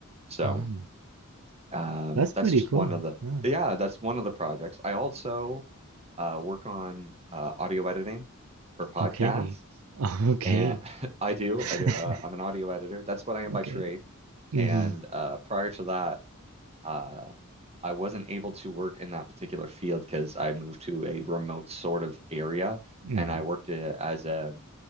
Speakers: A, on the right; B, on the right.
A: So
B: Ah,
A: um,
B: that's pretty
A: that's just
B: cool.
A: one of the
B: Yeah.
A: yeah, that's one of the projects. I also uh, work on uh, audio editing for podcasts,
B: Okay. <laughs> Okay.
A: and <laughs> I do,
B: <laughs>
A: I do. Uh, I'm an audio editor. That's what I am by
B: Okay.
A: trade.
B: Mm-hmm.
A: And uh, prior to that, uh, I wasn't able to work in that particular field because I moved to a remote sort of area,
B: Mm-hmm.
A: and I worked uh, as a